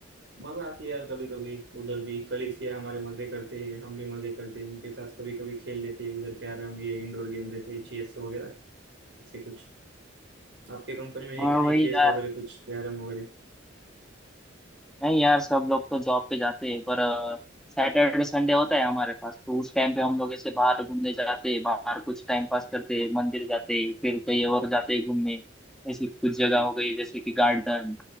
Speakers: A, on the right; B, in the centre.
A: मजा आती है यार कभी कभी उधर भी कलीग्स ये हमारे मजे करते हैं हम भी मजे करते हैं उनके साथ कभी कभी खेल लेते हैं उधर कैरम ये इंडोर गेम रहते हैं चेस वगैरह ऐसे कुछ आपके कंपनी में है
B: हाँ
A: क्या नहीं
B: वही
A: चेस
B: यार
A: वगैरह कुछ कैरम वगैरह
B: नहीं यार सब लोग तो जॉब पे जाते हैं पर सैटरडे संडे होता है हमारे पास तो उस टाइम पे हम लोग ऐसे बाहर घूमने जाते हैं बाहर कुछ टाइम पास करते हैं मंदिर जाते हैं फिर कहीं और जाते हैं घूमने ऐसी कुछ जगह हो गई जैसे कि गार्डन